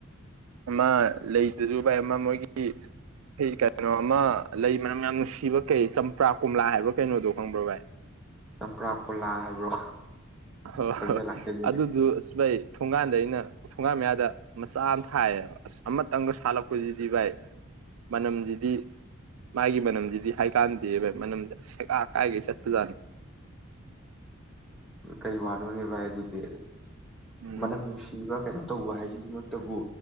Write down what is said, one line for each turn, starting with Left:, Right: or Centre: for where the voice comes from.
Right: ꯑꯃ ꯂꯩꯗꯨꯁꯨ ꯚꯥꯏ ꯑꯃ ꯃꯣꯏꯒꯤ ꯍꯩ ꯀꯩꯅꯣ ꯑꯃ ꯂꯩ ꯃꯅꯝ ꯌꯥꯝ ꯅꯨꯡꯁꯤꯕ ꯀꯩ ꯆꯝꯄ꯭ꯔꯥ ꯀꯣꯝꯂꯥ ꯍꯥꯏꯕ ꯀꯩꯅꯣꯗꯣ ꯈꯪꯕ꯭ꯔꯣ ꯚꯥꯏ
Centre: ꯆꯝꯄ꯭ꯔꯥ ꯀꯣꯂꯥ ꯍꯥꯏꯕ꯭ꯔꯣ
Right: ꯍꯥ
Centre: ꯈꯪꯖ
Right: ꯍꯥ
Centre: ꯂꯥꯛꯆꯗꯦꯅꯦ
Right: ꯑꯗꯨꯗꯨ ꯑꯁ ꯚꯥꯏ ꯊꯣꯡꯒꯥꯟꯗ ꯑꯩꯅ ꯊꯣꯡꯒꯥꯟ ꯃꯌꯥꯗ ꯃꯆꯥ ꯑꯃ ꯊꯥꯏꯌꯦꯕ ꯑꯁ ꯑꯃꯇꯪꯒ ꯁꯥꯠꯂꯛꯄꯖꯤꯗꯤ ꯚꯥꯏ ꯃꯅꯝꯖꯤꯗꯤ ꯃꯥꯒꯤ ꯃꯅꯝꯁꯤꯗꯤ ꯍꯥꯏꯀꯥꯟꯗꯦ ꯚꯥꯏ ꯃꯅꯝꯗꯤ ꯑꯁ ꯁꯦꯒꯥꯥꯛ ꯀꯥꯏꯒꯩ ꯆꯠꯄꯖꯥꯠꯅꯤ
Centre: ꯀꯩ ꯋꯥꯅꯣꯅꯦꯚꯥꯏ ꯑꯗꯨꯗꯤ
Right: ꯎꯝ
Centre: ꯃꯅꯝ ꯅꯨꯡꯁꯤꯕ ꯀꯩꯅꯣ ꯇꯧꯕ ꯍꯥꯏꯁꯤꯃꯛꯇꯕꯨ